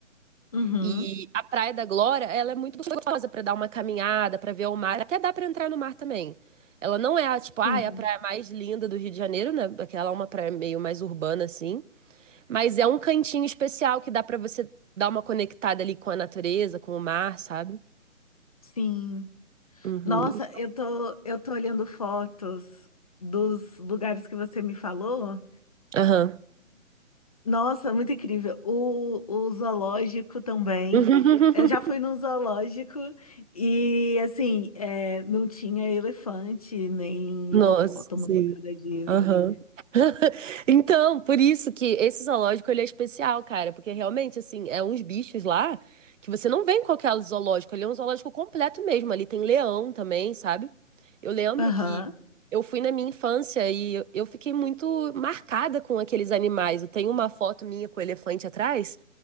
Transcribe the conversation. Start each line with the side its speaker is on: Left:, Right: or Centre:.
Left: Uhum.
Right: E a Praia da Glória, ela é muito gostosa para dar uma caminhada, para ver o mar, até dá para entrar no mar também. Ela não é a, tipo, ah,
Left: Sim,
Right: é a praia mais linda do Rio de Janeiro, né? Porque ela é uma praia meio mais urbana assim, mas é um cantinho especial que dá para você dar uma conectada ali com a natureza, com o mar, sabe?
Left: sim.
Right: Uhum.
Left: Nossa, eu tô, eu tô olhando fotos dos lugares que você me falou.
Right: Aham.
Left: Nossa, muito incrível. O, o zoológico também.
Right: <laughs>
Left: Eu já fui no zoológico e, assim, é, não tinha elefante, nem
Right: Nossa,
Left: hipopótamo,
Right: sim.
Left: nem nada disso.
Right: Aham. Então, por isso que esse zoológico ele é especial, cara, porque realmente assim, é uns bichos lá que você não vê em qualquer zoológico, ele é um zoológico completo mesmo, ali tem leão também, sabe? Eu lembro
Left: Aham,
Right: que eu fui na minha infância e eu eu fiquei muito marcada com aqueles animais. Eu tenho uma foto minha com o elefante atrás.